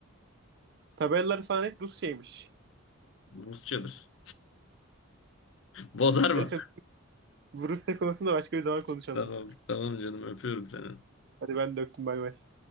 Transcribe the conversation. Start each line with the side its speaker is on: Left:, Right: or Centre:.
Right: Tabelalar falan hep Rusçaymış.
Left: Rusçadır. <laughs> Bozar mı?
Right: Neyse bu Rusya konusunda başka bir zaman konuşalım.
Left: Tamam, tamam canım öpüyorum seni.
Right: Hadi ben de öptüm bay bay.